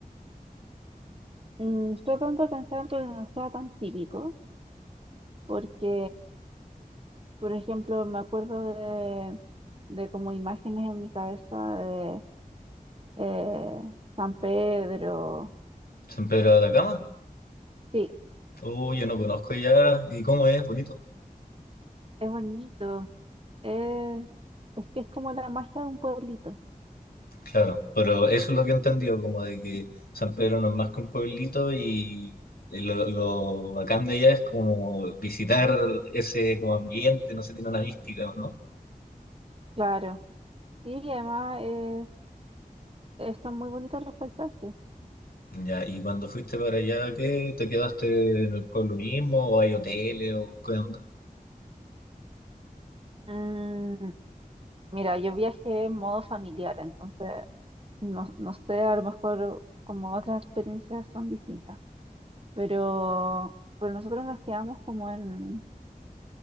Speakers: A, on the right; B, on the left.
A: Mm, tratando de pensar algo que no sea tan típico, porque, por ejemplo, me acuerdo de, de como imágenes en mi cabeza de eh, San Pedro.
B: ¿San Pedro de Atacama?
A: Sí,
B: Oh, yo no conozco ya. ¿Y cómo es? ¿Bonito?
A: es bonito, es, es que es como la magia de un pueblito,
B: Claro, pero eso es lo que he entendido, como de que San Pedro no es más que un pueblito y lo, lo bacán de allá es como visitar ese como ambiente, no sé, tiene una mística, ¿o ¿no?
A: claro. Sí, y además es- es- son muy bonitos los paisajes.
B: Ya, y cuando fuiste para allá, ¿qué? ¿Te quedaste en el pueblo mismo o hay hoteles o qué onda?
A: Mm, Mira, yo viajé en modo familiar, entonces no, no sé, a lo mejor como otras experiencias son distintas, pero, pero nosotros nos quedamos como en,